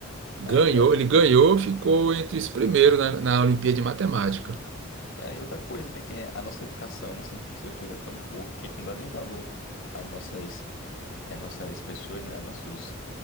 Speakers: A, on the right; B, on the left.
A: Ganhou,
B: Aí é.
A: ele ganhou, ficou entre os primeiros na, na Olimpíada de Matemática.
B: É, e outra coisa, né, que é a nossa educação, nossa infraestrutura é tão pouca que a gente não dá nem valor às nossas, às nossas pessoas, né, nossos